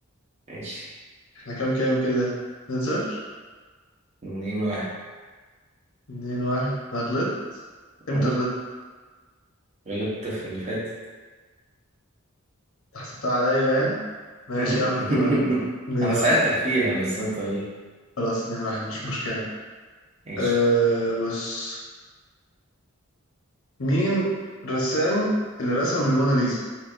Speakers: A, on the right; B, on the left.
A: ماشي
B: احنا كام كام كده 2 0
A: اتنين واحد
B: 2 1 انا غلطت امتى
A: أمم،
B: غلطت
A: غلطت في اللي فاتت
B: أنت حسبتها عليا يعني ماشي
A: أمم.
B: يا عم 2
A: <laughs>
B: 1 2
A: انا
B: 1
A: ساعدتك فيها بس انت غلطت
B: خلاص 2 1 مش مشكلة
A: ماشي
B: آه بص مين الرسام اللي رسم الموناليزا